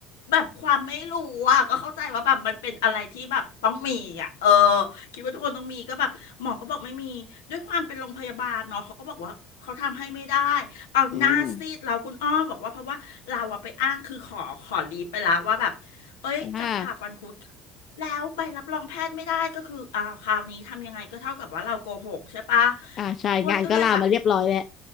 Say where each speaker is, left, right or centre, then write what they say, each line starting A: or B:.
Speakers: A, on the left; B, on the left.
A: แบบความไม่รู้อ่ะก็เข้าใจว่าแบบมันเป็นอะไรที่แบบต้องมีอ่ะเออคิดว่าทุกคนต้องมีก็แบบหมอก็บอกไม่มีด้วยความเป็นโรงพยาบาลเนาะเขาก็บอกว่าเขาทำให้ไม่ได้เอาหน้าซีดเราคุณอ้อบอกว่าเพราะว่าเราอะไปอ้างคือขอขอลีฟไปแล้วว่าแบบเอ้ยจะผ่าฟันคุด
B: อืมอ่า
A: แล้วใบรับรองแพทย์ไม่ได้ก็คืออ้าวคราวนี้ทำยังไงก็เท่ากับว่าเราโกหกใช่ปะ
B: อ่าใช่งานก็ลามาเรียบร้อยแล้ว
A: อ้วนก็เลยแบบ